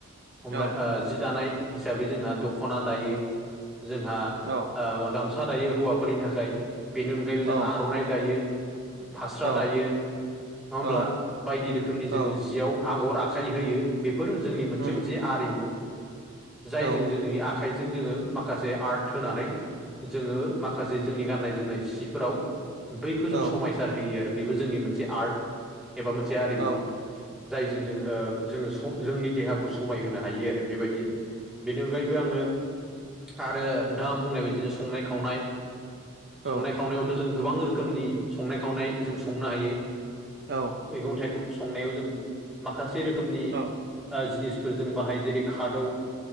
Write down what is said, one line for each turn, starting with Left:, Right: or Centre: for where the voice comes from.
Centre: हमनाय
Right: औ
Centre: जि दानाय हिसाबै जोंहा दखना दायो जोंहा
Right: औ
Centre: गामसा फसा दायो हौवाफोरनि थाखाय बेनि अनगायैबो
Right: औ
Centre: जों आर'नाइ दायो। फास्रा
Right: औ
Centre: दायो नंङा होमब्ला
Right: औ
Centre: बायदि रोखनि जोंङो
Right: औ
Centre: जियाव आगर आखाइ होयो बेफोरो जोंनि मोनसे
Right: उम
Centre: मोनसे आरिमु जायजों
Right: औ
Centre: जोंनि आखाइजों जोंङो माखासे आर्ट होनानै जोंङो माखासे जोंनि गाननाय जोमनाय सिफोराव बैखौ जों
Right: औ
Centre: समायसार होयो आरो बेबो जोंनि मोनसे आर्ट एबा मोनसे आरिमु
Right: औ
Centre: जायजों जों जोंङो जोंनि देहाखौ समायहोनो हायो आरो बेबायदि बेनि अनगायैबो आंङो आरो नोंथांङा बुंनाय बायदिनो संनाय खावनाय
Right: औ
Centre: संनाय खावनायावथ' जों गोबां रोखोमनि संनाय खावनाय जों संनो हायो
Right: औ
Centre: मैगं थाइगं संनायाव जों माखासे रोखोमनि
Right: औ
Centre: जिनिस फोर जों बाहायो जेरै खादौ